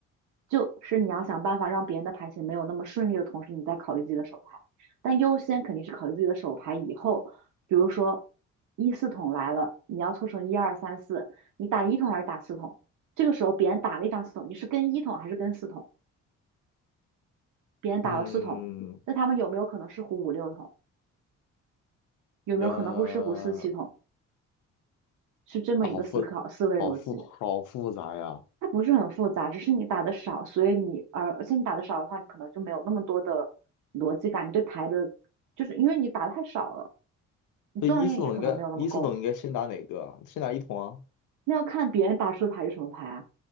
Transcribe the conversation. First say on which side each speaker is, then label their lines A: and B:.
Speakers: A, on the right; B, on the left.
A: 就是你要想办法让别人的牌型没有那么顺利的同时，你再考虑自己的手牌。但优先肯定是考虑自己的手牌。以后，比如说一四筒来了，你要凑成一二三四，你打一筒还是打四筒？这个时候别人打了一张四筒，你是跟一筒还是跟四筒？别人打了四筒，
B: 嗯，
A: 那他们有没有可能是胡五六筒？有没有可能会是胡四七筒？
B: 呃，
A: 是这么一个思考思维逻辑。
B: 啊，好复好复好复杂呀！
A: 它不是很复杂，只是你打的少，所以你而而且你打的少的话，你可能就没有那么多的逻辑感，你对牌的，就是因为你打的太少了，你锻炼也可能没有那么够。
B: 所以一四筒应该一四筒应该先打哪个啊？先打一筒啊？
A: 那要看别人打出的牌是什么牌啊？